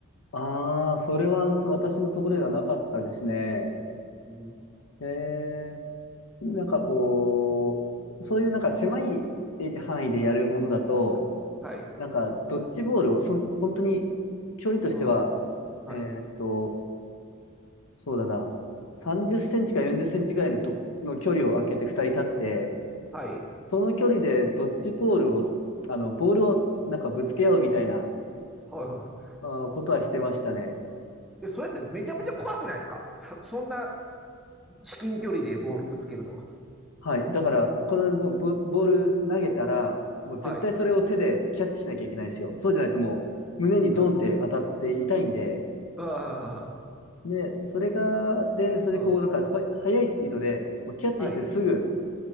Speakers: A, on the left (about 80°); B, in the centre.
A: ああ、それはと私のところではなかったですね。
B: うん
A: へえ。なんかこう、そういうなんか狭いエリ範囲でやるものだと、
B: はい。
A: なんかドッジボールを、その、本当に距離としては、
B: うん。はい。
A: えーっと、そうだな、30センチか40センチぐらいのとこ、の距離を空けて2人立って、
B: はい。
A: その距離でドッジボールを、あの、ボールをなんかぶつけ合うみたいな、
B: はい、はい。
A: あーことはしてましたね。
B: えそれってめちゃめちゃ怖くないですかそ、そんな至近距離でボールぶつけるのは。
A: はい。だから、このもうボ、ボール投げたら、もう絶対それを手でキャッチしなきゃいけないんですよ。
B: はい。
A: そうじゃないともう胸にドンって当たって痛いんで、
B: <laughs> うん。ああ、
A: で、それが、で、それでこう、
B: うん。
A: なんか、ほ速いスピードで、もうキャッチしてすぐ
B: はい。